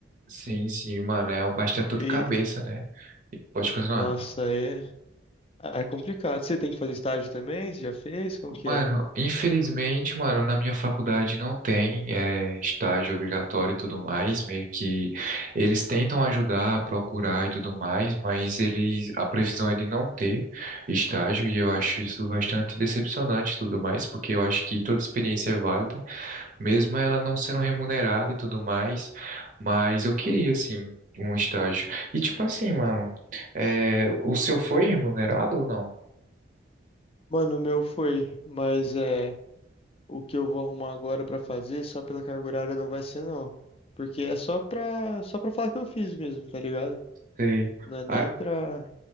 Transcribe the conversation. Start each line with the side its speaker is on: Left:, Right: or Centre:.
Right: sim, sim, mano, é bastante dor de
Left: E,
Right: cabeça, né? Pode continuar.
Left: nossa, aí é, aí é complicado. Você tem que fazer estágio também? Você já fez? Como que
Right: Mano,
Left: é?
Right: infelizmente, mano, na minha faculdade não tem é, estágio obrigatório e tudo mais. Meio que eles tentam ajudar, procurar e tudo mais, mas eles, a previsão é de não ter estágio e eu acho isso bastante decepcionante e tudo mais, porque eu acho que toda experiência é válida. mesmo ela não sendo remunerada e tudo mais, mas eu queria, assim, um estágio. E, tipo assim, mano, é, o seu foi remunerado ou não?
Left: Mano, o meu foi, mas é o que eu vou arrumar agora pra fazer só pela carga horária não vai ser não, porque é só pra só para falar que eu fiz mesmo, tá ligado?
Right: Sei.
Left: Não é nem
Right: Ah,
Left: pra,